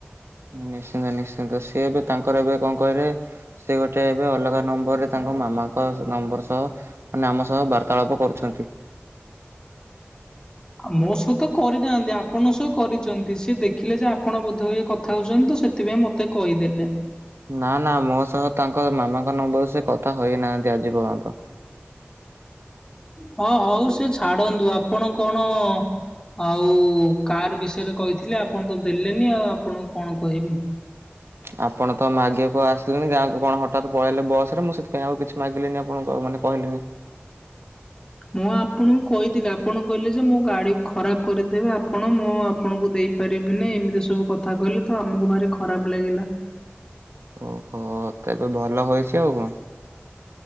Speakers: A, on the right; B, on the left.
A: ନିଶ୍ଚିନ୍ତ-ନିଶ୍ଚିନ୍ତ ସିଏ ଏବେ ତାଙ୍କର ଏବେ କଣ କହିଲେ ସେ ଗୋଟେ ଏବେ ଅଲଗା ନମ୍ବରରେ ତାଙ୍କ ମାମାଙ୍କ ନମ୍ବର୍ ସହ ମାନେ ଆମ ସହ ବାର୍ତ୍ତାଳାପ କରୁଛନ୍ତି।
B: ମୋ ସହହିତ କରିନାହାନ୍ତି ଆପଣ ସହ କରିଛନ୍ତି ସେ ଦେଖିଲେ ଯେ ଆପଣ ବୋଧହୁଏ କଥା ହଉଛନ୍ତି ତ ସେଥିପାଇଁ ମତେ କହିଦେଲେ।
A: ନା ନା ମୋ ସହ ତାଙ୍କ ମାମାଙ୍କ ନମ୍ବର ରୁ ସେ କଥା ହେଇନାହାନ୍ତି ଆଜି ପର୍ଯ୍ୟନ୍ତ।
B: ହଁ ହଉ ସେ ଛାଡନ୍ତୁ, ଆପଣ କଣ ଆଉ କାର୍ ବିଷୟରେ କହିଥିଲେ, ଆପଣ ତ ଦେଲେନି ଆଉ ଆପଣଙ୍କୁ କଣ କହିବି।
A: ଆପଣ ତ ମାଗିବାକୁ ଆସିଲେନି ଗାଁକୁ କଣ ହଠାତ୍ ପଳେଇଲେ ବସ୍ ରେ, ମୁଁ ସେଥିପାଇଁ ଆଉ କିଛି ମାଗିଲିିନି ଆପଣଙ୍କୁ ଆଉ ମାନେ କହିଲିନି।
B: ମୁଁ ଆପଣଙ୍କୁ କହିଥିଲି ଆପଣ କହିଲେ ଯେ ମୋ ଗାଡିକୁ ଖରାପ କରିଦେବେ ଆପଣ ମୋ ଆ ପଣଙ୍କୁ ଦେଇପାରିବିନି ଏମିତି ସବୁ କଥା କହିଲେ ତ ଆମକୁ ଭାରି ଖରାପ୍ ଲାଗିଲା।
A: ଓହୋ ତ ଏବେ ଭଲ ହୋଇଛି ଆଉ କଣ?